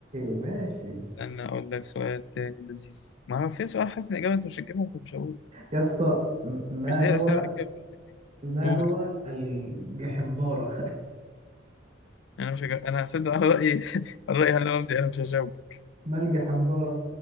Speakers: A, on the right (about 40°); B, on the left (about 70°).
A: ماشي
B: استنى أقول لك سؤال تاني لذيذ ما أنا في سؤال حاسس إن الإجابة أنت مش هتجيبها فمش هقول
A: يا اسطى م- ما
B: مش زي
A: هو
B: الأسئلة اللي حكيتها بتاعتك دي
A: ما
B: قول
A: هو الجحمبارة
B: أنا مش هجيب. أنا هصدق على رأيي <laughs> على رأيي أنا رمزي أنا مش هجاوبك
A: <laughs> ما الجحمبارة